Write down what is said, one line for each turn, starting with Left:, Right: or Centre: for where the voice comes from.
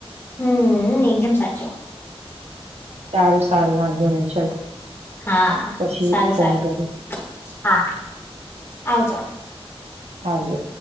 Left: હમ્મ એકદમ સાચો
Right: સારું સારું વાંધો નહી ચલો
Left: હા
Right: પછી
Left: સારું
Right: ફોન
Left: સારું
Right: કરીશ
Left: હા આવજો
Right: આવજો